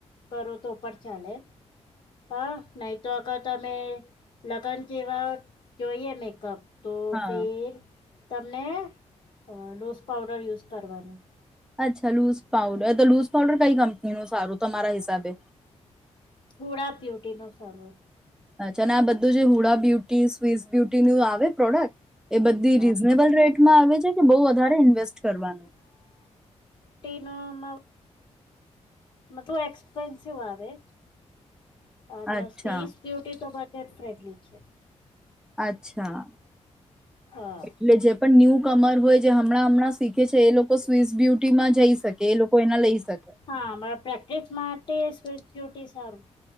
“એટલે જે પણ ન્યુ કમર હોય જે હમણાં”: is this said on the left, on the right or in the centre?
Centre